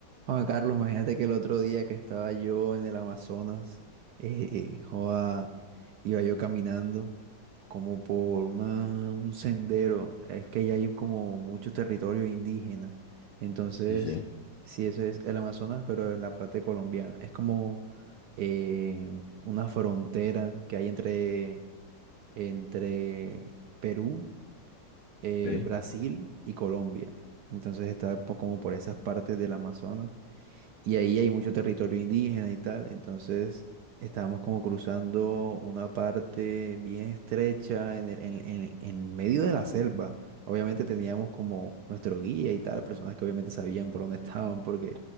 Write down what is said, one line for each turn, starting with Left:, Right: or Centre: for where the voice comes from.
Right: Juan Carlos, imagínate que el otro día que estaba yo en el Amazonas, eh, eh, joda, iba yo caminando como por una, un sendero. Es que allá hay como muchos territorios indígenas. Entonces,
Left: Sí, sí,
Right: sí, eso es el Amazonas, pero en la parte colombiana. Es como eh, una frontera que hay entre, entre Perú, eh,
Left: ok.
Right: Brasil y Colombia. Entonces está po- como por esas partes del Amazonas. Y ahí hay mucho territorio indígena y tal. Entonces estábamos como cruzando una parte bien estrecha en, el- en, en- en medio de la selva. Obviamente teníamos como nuestro guía y tal, personas que obviamente sabían por dónde <laughs> estaban, porque